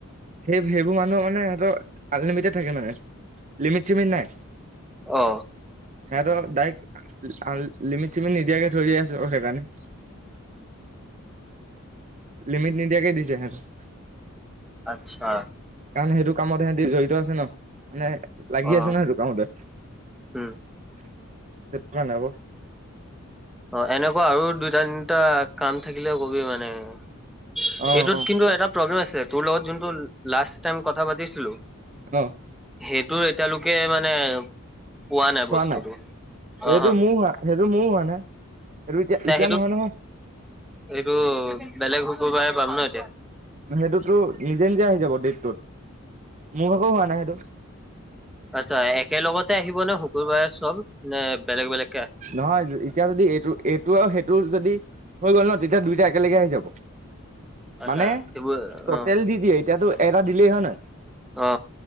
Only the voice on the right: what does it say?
সেই-সেইবোৰ মানুহৰ মানে সিহঁতৰ আনলিমিটেড থাকে মানে লমিট। চিমিত নাই।
সিহঁতৰ ডাইৰেক্ট আন লিমিট চিমিট নিদিয়াকে থৈ দিয়া আছে সেইকাৰণে। লিমিট নিদিয়াকে দিছে সিহঁতক।
কাৰণ সেইটো কামত সিহঁতি জড়িত আছে নহ। মানে লাগি
আছে নহ সেইটো কামতে।
<unintelligible> কাৰণে আকৌ।
অ অ
অ।
হোৱা
নাই সেইটো
মোৰো হোৱা সেইটো মোৰো হোৱা নাই। সেইটো এতিয়া,
এতিয়া নহয়, নহয়।
সেইটোতো নিজে নিজে আহি যাব। <unintelligible> মোৰ আকৌ হোৱা নাই সেইটো।
নহয় এতিয়া যদি এইটো, এইটো আৰু সেইটোৰ যদি। হৈ গ'ল নহ তেতিয়া দুইটা একেলগে আহি যাব
মানে
টোটেল
দি দিয়ে এতিয়াতো। এটা দিলে হয়। <unintelligible>